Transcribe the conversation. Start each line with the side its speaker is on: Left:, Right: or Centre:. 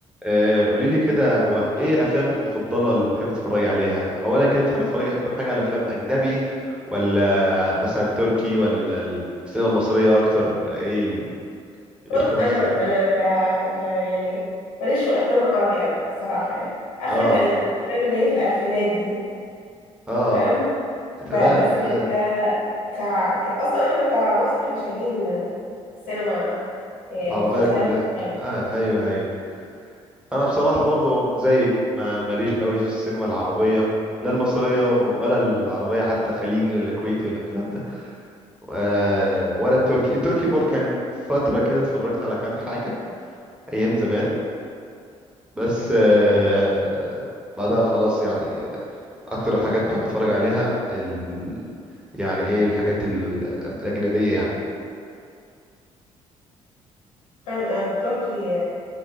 Centre: آه، قولي لي كده هو ايه افلامك المفضله اللي بتحبي تتفرجي عليها اولا كده بتحبي تتفرجي اكتر حاجه على افلام اجنبي ولا مثلا تركي ولا السينما المصريه اكتر ولا ايه ال- إيه
Left: بص
Centre: الكوب اوف
Left: انا
Centre: تي
Left: انا ك ك يعني ماليش في الافلام العربي قوي الصراحه يعني اخري
Centre: اه
Left: كانت الافلام اللي هي في الالفينات دي
Centre: اه
Left: تمام ب...
Centre: تمام
Left: بس
Centre: تمام
Left: ك... ك ك اصلا احنا كمصر احنا شايلين السينما إيه،
Centre: العربيه
Left: مسلسلات
Centre: كلها
Left: أفلام.
Centre: آه ايوه ايوه انا بصراحه برضو زيك ما ماليش قوي في السينما العربيه لا المصريه ولا العربيه حتى خليجي ولا كويتي ولا الكلام ده آه ولا التركي التركي برضه كان فتره كده اتفرجت على كام حاجه ايام زمان بس آه، بعدها خلاص يعني آه، اكتر حاجات بحب اتفرج عليها ال... يعني ايه الحاجات ال- الاجنبيه يعني
Left: انا أنا التركي